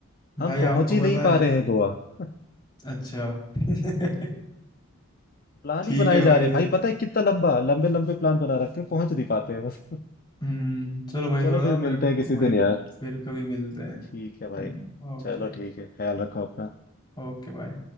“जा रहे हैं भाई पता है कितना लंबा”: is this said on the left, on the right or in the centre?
Left